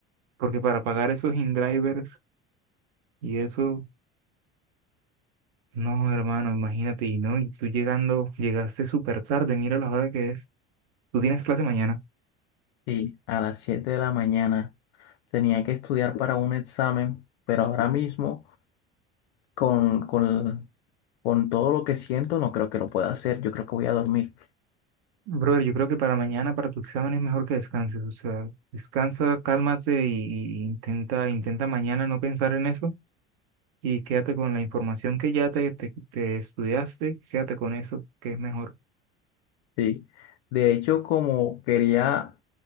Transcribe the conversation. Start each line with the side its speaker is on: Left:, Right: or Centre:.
Right: porque para pagar esos in-drivers y eso, no, hermano, imagínate, y no, y tú llegando, llegaste súper tarde, mira la hora que es, tú tienes clase mañana.
Left: Y a las 7 de la mañana tenía que estudiar para un examen, pero ahora mismo con, con, con todo lo que siento no creo que lo pueda hacer. Yo creo que voy a dormir.
Right: Brother, yo creo que para mañana, para tu examen es mejor que descanses, o sea, descansa, cálmate y, y intenta, intenta mañana no pensar en eso y quédate con la información que ya te, te, te estudiaste, quédate con eso, que es mejor.
Left: Sí. De hecho, como quería